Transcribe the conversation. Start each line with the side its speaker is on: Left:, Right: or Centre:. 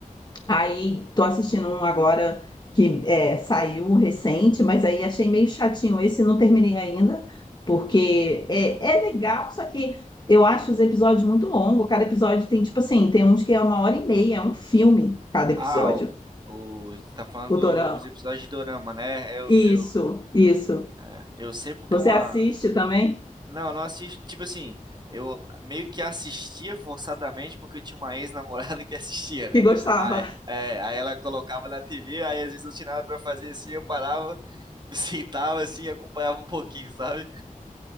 Left: Aí tô assistindo um agora que é, saiu recente, mas aí achei meio chatinho esse, não terminei ainda, porque é, é legal, só que eu acho os episódios muito longos. Cada episódio tem, tipo assim, tem uns que é uma hora e meia, é um filme cada episódio,
Right: Ah, o, o, você tá falando
Left: o Dorama.
Right: dos episódios de Dorama, né? Eu,
Left: Isso,
Right: eu,
Left: isso.
Right: é, eu sei porque
Left: Você
Right: uma.
Left: assiste também?
Right: Não, eu não assisto. Tipo assim, eu meio que assistia forçadamente porque eu tinha uma ex-namorada <laughs> que assistia, né?
Left: Que gostava.
Right: Aí, é, aí ela colocava na TV, aí às vezes eu não tinha nada pra fazer assim, eu parava, <laughs> me sentava assim e acompanhava um pouquinho, sabe?